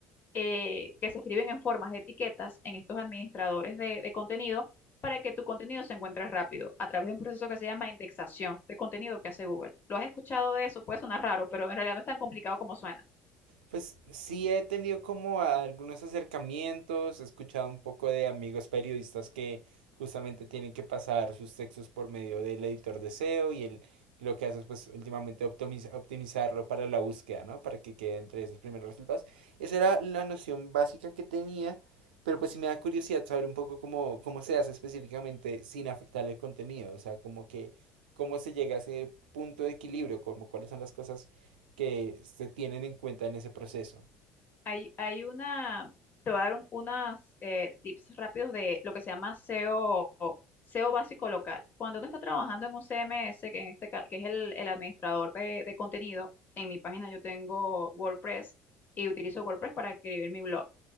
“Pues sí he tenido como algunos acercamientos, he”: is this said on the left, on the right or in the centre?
Right